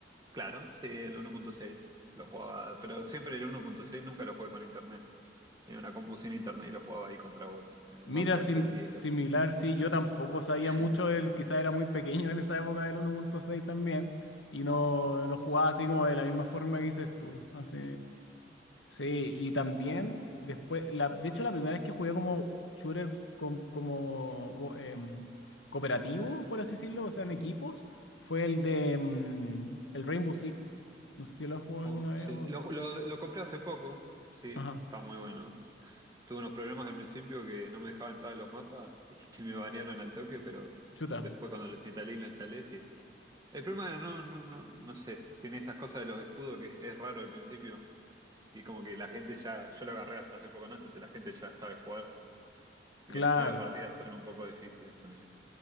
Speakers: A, on the right; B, on the left.
A: Claro, sí, el 1.6 lo jugaba, pero siempre el 1.6 nunca lo jugué con internet. Tenía una compu sin internet y lo jugaba ahí contra bots, en
B: Mira,
A: el mapa
B: sim-
A: este de hielo.
B: similar, sí, yo tampoco sabía
A: <laughs>
B: mucho, él quizá era muy pequeño en esa época del 1.6 también, y no lo jugaba así como de la misma forma que dices tú. Así. Sí, y también después, la, de hecho la primera vez que jugué como shooter com- como co- em, cooperativo, por así decirlo, o sea, en equipos, fue el de em, el Rainbow Six. No sé si lo has jugado
A: Oh,
B: alguna vez
A: sí.
B: o...
A: Lo, lo- lo compré hace poco, sí,
B: Ajá,
A: está muy bueno. Tuve unos problemas al principio que no me dejaba entrar a los mapas <laughs> y este, me banearon al toque, pero
B: chuta,
A: después cuando lo instalé y lo instalé, sí. El problema no, no, no, no sé, tiene esas cosas de los escudos que es raro al principio y como que la gente ya, yo lo agarré hace poco, ¿no? Entonces la gente ya sabe jugar Así
B: claro.
A: que las primeras partidas son un poco difíciles poner.